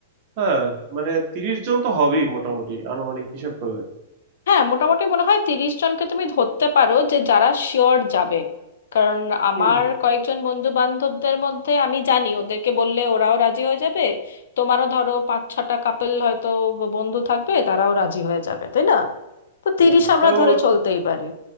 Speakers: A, on the right (about 35°); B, on the left (about 75°).
A: হ্যাঁ মানে তিরিশ জন তো হবেই মোটামুটি আনুমানিক হিসাব করলে
B: হ্যাঁ মোটামুটি মনে হয় তিরিশ জনকে তুমি ধরতে পারো যে যারা শিওর যাবে কারণ আমার
A: হুম হুম
B: কয়েকজন বন্ধু বান্ধবদের মধ্যে আমি জানি ওদেরকে বললে ওরাও রাজি হয়ে যাবে তোমারও ধরো পাঁচ ছটা কাপেল হয়তো ব- বন্ধু থাকবে তারাও রাজি হয়ে যাবে তাই না তো
A: হুম
B: তিরিশ
A: হুম।
B: আমরা
A: তাও
B: ধরে চলতেই পারি